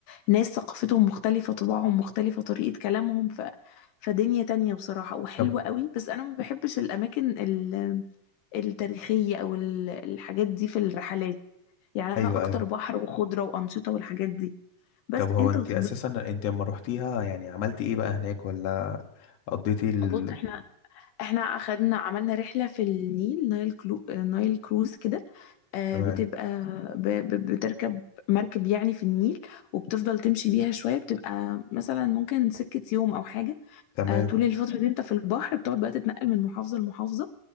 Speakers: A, on the left (about 80°); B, on the left (about 55°).
A: ناس ثقافتهم مختلفه طباعهم مختلفه طريقه كلامهم ف فدنيا تانية بصراحة وحلوة
B: طب
A: قوي بس أنا ما بحبش الأماكن ال- التاريخية أو ال- الحاجات دي في الرحلات يعني
B: ايوه
A: أنا أكتر
B: ايوه
A: بحر وخضرة وأنشطة والحاجات دي بس
B: طب هو
A: أنت
B: انت
A: هتتبسط
B: اساسا انت لما روحتيها يعني عملتي ايه بقى هناك ولا قضيتي ال...
A: بص إحنا احنا اخدنا عملنا رحلة في النيل نايل كلو... نايل كروز كده آه،
B: تمام
A: بتبقى ب... ب... بتركب مركب يعني في النيل وبتفضل تمشي بيها شوية بتبقى مثلا ممكن سكة يوم أو حاجة
B: تمام
A: آه، طول الفترة دي أنت في البحر بتقعد بقى تتنقل من محافظة لمحافظة